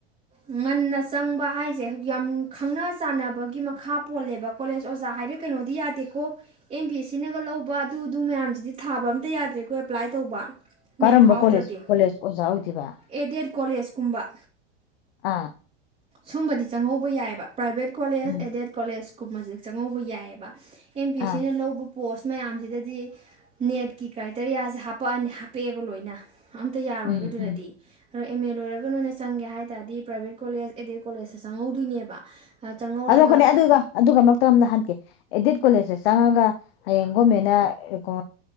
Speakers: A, on the right; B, on the left.
A: ꯉꯟꯅ ꯆꯪꯕ ꯍꯥꯏꯁꯦ ꯌꯥꯝ ꯈꯪꯅ ꯆꯥꯟꯅꯕꯒꯤ ꯃꯈꯥ ꯄꯣꯜꯂꯦꯕ ꯀꯣꯂꯦꯖ ꯑꯣꯖꯥ ꯍꯥꯏꯔꯦ ꯀꯩꯅꯣꯗꯤ ꯌꯥꯗꯦꯀꯣ ꯑꯦꯝ ꯄꯤ ꯑꯦꯁ ꯁꯤꯅꯒ ꯂꯧꯕ ꯑꯗꯨ ꯑꯗꯨ ꯃꯌꯥꯝꯁꯤꯗꯤ ꯊꯥꯕ ꯑꯝꯇ ꯌꯥꯗ꯭ꯔꯦꯀꯣ ꯑꯦꯄ꯭ꯂꯥꯏ ꯇꯧꯕ ꯅꯦꯠ
B: ꯀꯔꯝꯕ
A: ꯐꯥꯎꯗ꯭ꯔꯗꯤ
B: ꯀꯣꯂꯦꯁ ꯀꯣꯂꯦꯁ ꯑꯣꯖꯥ ꯗꯤꯕ
A: ꯑꯦꯗꯦꯠ ꯀꯣꯂꯦꯖꯀꯨꯝꯕ
B: ꯑꯥ
A: ꯁꯨꯝꯕꯗꯤ ꯆꯪꯍꯧꯕ ꯌꯥꯏꯑꯕ private college
B: um
A: aided college ꯀꯨꯝꯕꯁꯦ ꯆꯪꯍꯧꯕ ꯌꯥꯏꯑꯕ ꯑꯦꯝ ꯕꯤ ꯑꯦꯁ
B: ꯑꯥ
A: ꯁꯤꯅ ꯂꯧꯕ ꯄꯣꯁ ꯃꯌꯥꯝꯁꯤꯗꯗꯤ ꯅꯦꯠꯀꯤ ꯀ꯭ꯔꯥꯏꯇꯦꯔꯤꯌꯥꯁꯦ ꯍꯥꯄꯛꯑꯅꯤ ꯍꯥꯄꯛꯑꯦꯕ ꯂꯣꯏꯅ ꯑꯝꯇ ꯌꯥꯔꯣꯏꯕꯗꯨꯗꯗꯤ
B: ꯎꯝ ꯎꯝ
A: ꯑꯗꯣ ꯑꯦꯝ ꯑꯦ ꯂꯣꯏꯔꯒ ꯅꯣꯏꯅ ꯆꯪꯒꯦ ꯍꯥꯏꯕ ꯇꯥꯔꯗꯤ ꯄ꯭ꯔꯥꯏꯚꯦꯠ ꯀꯣꯂꯦꯖ ꯑꯦꯗꯦꯠ ꯀꯣꯂꯦꯖꯇ ꯆꯪꯍꯧꯗꯣꯏꯅꯦꯕ ꯑ ꯆꯪꯍꯧꯔꯒ
B: ꯑꯗꯨꯈꯠꯅꯦ ꯑꯗꯨꯒ ꯑꯗꯨꯒ ꯃꯔꯛꯇ ꯑꯃꯗ ꯍꯟꯀꯦ ꯑꯦꯗꯤꯠ ꯀꯣꯂꯦꯁꯦ ꯁꯉꯒ ꯌꯦꯉꯣ ꯃꯦꯟꯅ ꯂꯧ